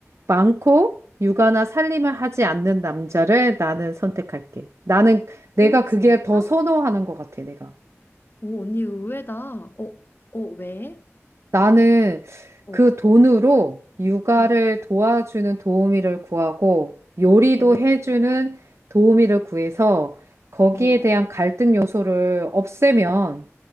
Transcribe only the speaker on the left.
오,
진짜?
오, 언니 의외다. 어, 어, 왜?
어,
응,
어,
어,